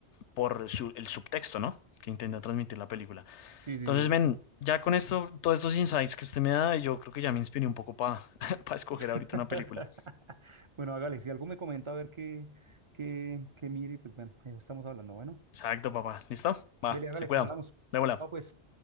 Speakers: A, on the left; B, on the right.
A: por su- el subtexto, ¿no? Que intenta transmitir la película.
B: sí, sí,
A: Entonces, ven,
B: sí.
A: ya con esto, todos estos insights que usted me da, yo creo que ya me inspiré un poco para <laughs> escoger
B: sí.
A: ahorita
B: sí.
A: una película.
B: <laughs> Bueno, hágale, si algo me comenta, a ver qué, qué, qué mire, y pues bueno, ahí estamos hablando. Bueno,
A: Exacto, papá. ¿Listo? Va,
B: dele, hágale,
A: se cuidan.
B: hablamos.
A: De bola.
B: No, pues.